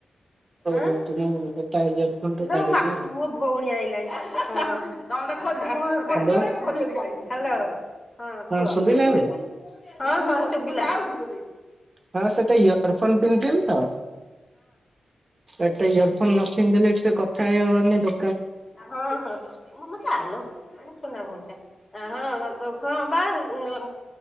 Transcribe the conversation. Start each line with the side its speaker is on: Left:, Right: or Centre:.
Right: ହଉ
Left: ଆଁ
Right: ରୁହନ୍ତୁ ମୁଁ ହେଟା ଇୟର ଫୋନରୁ
Left: ଇଲୋ
Right: କାଢିଦିଏ।
Left: ମା ମୋ ଭଉଣୀ ଆଇଲାଣି ହଁ। <inaudible>
Right: Hello
Left: hello. ହଁ କୁହ
Right: ହଁ ଶୁଭିଲା
Left: ହଁ
Right: ଏବେ?
Left: ହଁ ଶୁଭିଲା।
Right: ହଁ ସେଟା ଇୟର ଫୋନ୍ ପିନ୍ଧିଥିଲି ତ ଏଟା ଇଅର୍ ଫୋନ୍ ନ ପିନ୍ଧି ଦେଲେ ଏଥିରେ କଥା ହେଇ ହବନି ଦୋ
Left: ହଁ, ହଁ, ମମତା ଆଇଲୋ ମୋ ସୁନା ଭଉଣୀ ଟା ଆ ହଁ ବା ଉଁ ନ